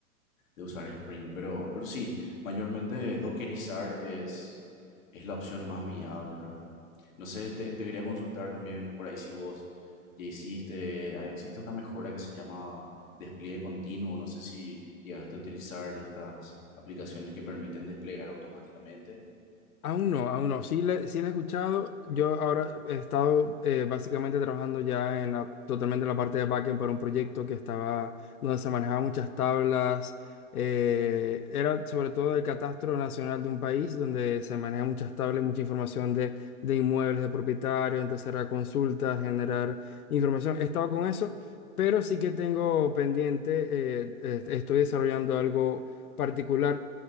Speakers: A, on the left; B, on the left.
A: de usar Spring, pero, pero sí, mayormente dockerizar es, es la opción más viable, ¿verdad? No sé, te, te quería consultar también por ahí si vos ya hiciste, ah, existe una mejora que se llama despliegue continuo, no sé si llegaste a utilizar estas aplicaciones que permiten desplegar automáticamente
B: Aún no, aún no. Sí, le, sí la he escuchado. Yo ahora he estado eh, básicamente trabajando ya en la, totalmente en la parte de backend para un proyecto que estaba, donde se manejaban muchas tablas. eh, era sobre todo el catastro nacional de un país donde se manejan muchas tablas, mucha información de, de inmuebles, de propietarios. Entonces era consultas, generar información. He estado con eso, pero sí que tengo pendiente, eh, eh, estoy desarrollando algo particular.